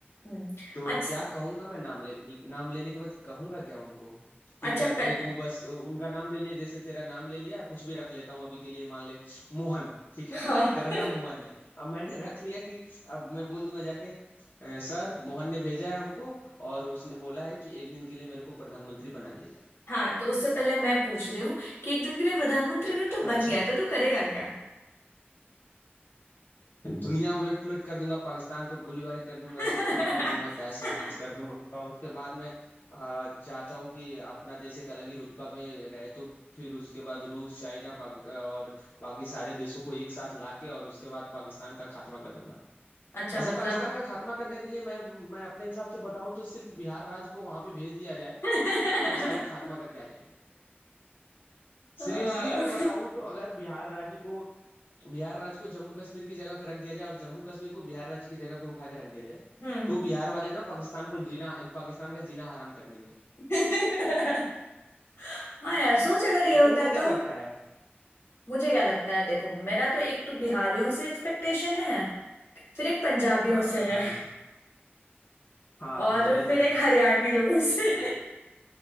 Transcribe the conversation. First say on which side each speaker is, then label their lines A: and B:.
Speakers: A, on the left; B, on the left.
A: हम्म
B: तो
A: अच्छा
B: क्या कहूंगा मैं नाम ले नाम लेने के बाद कहूंगा क्या उनको कि
A: अच्छा
B: क्या मेरे
A: पह,
B: को बस उनका नाम ले लिया जैसे तेरा नाम ले लिया कुछ भी रख लेता हूँ अभी के लिए मान ले मोहन ठीक है
A: हाँ
B: तेरा
A: <laughs>
B: नाम मोहन है अब मैंने रख लिया कि अब मैं बोल दूंगा जाके "अ, सर मोहन ने भेजा है हमको और उसने बोला है कि एक दिन के लिए मेरे को प्रधानमंत्री बना दिया जाए
A: हाँ तो उससे पहले मैं पूछ रही हूँ कि एक दिन के लिए प्रधानमंत्री अगर तू
B: अच्छा
A: बन गया तो तू करेगा क्या
B: दुनिया उलट पुलट कर दूंगा पाकिस्तान पे गोलीबारी कर दूंगा
A: <laughs>
B: सब खत्म कर दूंगा तहस नहस कर दूंगा उसके बाद मैं आ, चाहता हूँ कि अपना देश एक अलग ही रुतबा में रहे तो फिर उसके बाद रूस चाइना पाक, और बाकी सारे देशों को एक साथ लाके और उसके बाद पाकिस्तान का खात्मा कर दूंगा
A: अच्छा
B: ऐसे
A: मतलब
B: पाकिस्तान का खात्मा करने के लिए मैं मैं अपने हिसाब से बताऊं तो सिर्फ बिहार राज्य को वहां पे भेज दिया जाए
A: <laughs>
B: तो वो सारे खात्मा करके आ जाएंगे
A: हाँ।
B: सीरियसली मैं बताऊं तो अगर बिहार राज्य को बिहार राज्य को जम्मू कश्मीर की जगह पे रख दिया जाए और जम्मू कश्मीर को बिहार राज्य की जगह पे उठा के रख दिया जाए
A: हम्म
B: तो बिहार वाले ना पाकिस्तान को जीना पाकिस्तान का जीना हराम कर देंगे
A: <laughs> हाँ यार सोच अगर ये होता
B: तुमको क्या
A: तो
B: लगता है
A: मुझे क्या लगता है देखो मेरा तो एक तो बिहारियों से एक्सपेक्टेशन है फिर एक पंजाबियों
B: हाँ
A: से
B: हाँ
A: है
B: हाँ हाँ
A: और
B: हाँ ये तो
A: फिर
B: है
A: एक हरियाणवी लोगों से